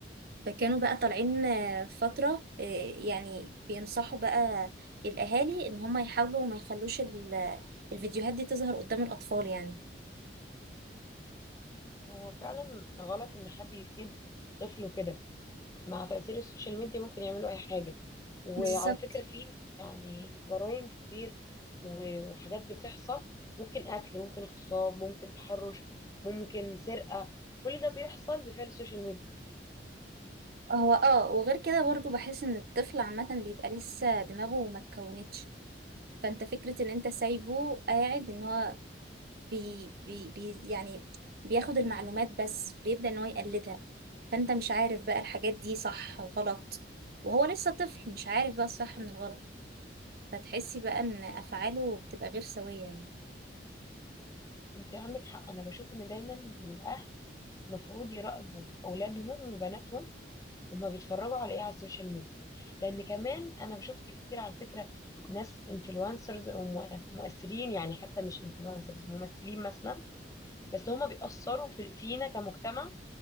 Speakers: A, on the right; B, on the left.
A: فكانوا بقى طالعين آه، فتره آه، يعني بينصحوا بقى الاهالي ان هم يحاولوا ما يخلوش ال- الفيديوهات دي تظهر قدام الاطفال يعني
B: هو فعلا غلط ان حد يسيب طفله كده مع تأثير السوشيال ميديا ممكن يعملوا اي حاجة وعلى
A: بالظبط
B: فكرة في يعني جرائم كتير و- وحاجات بتحصل ممكن قتل ممكن اغتصاب ممكن تحرش ممكن سرقة كل ده بيحصل بفعل السوشيال ميديا
A: هو اه وغير كده برضه بحس ان الطفل عامه بيبقى لسه دماغه ما اتكونتش فانت فكرة ان انت سايبه قاعد ان هو بي بي بي يعني بياخد المعلومات بس بيبدأ ان هو يقلدها فانت مش عارف بقى الحاجات دي صح وغلط وهو لسه طفل مش عارف بقى الصح من الغلط فتحسي بقى ان افعاله بتبقى غير سوية يعني
B: انت عندك حق انا بشوف ان دايما الاهل المفروض يراقبوا اولادهم وبناتهم هما بيتفرجوا على ايه على السوشيال ميديا لان كمان انا شفت كتير على فكره ناس انفلونسرز ومؤثرين يعني حتى مش انفلونسرز ممثلين مثلا بس هما بيأثروا في فينا كمجتمع